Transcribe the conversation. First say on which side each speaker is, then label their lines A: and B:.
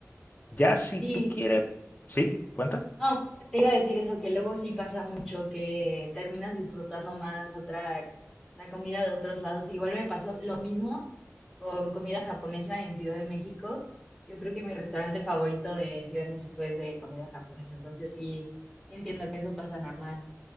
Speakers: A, on the left (about 35°); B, in the centre.
A: Ya si
B: Sí,
A: tú quieres. ¿Sí? ¿Cuenta?
B: No, te iba a decir eso, que luego sí pasa mucho, que terminas disfrutando más otra, la comida de otros lados. Igual me pasó lo mismo con comida japonesa en Ciudad de México. Yo creo que mi restaurante favorito de Ciudad de México es de comida japonesa, entonces sí, sí entiendo que eso pasa normal.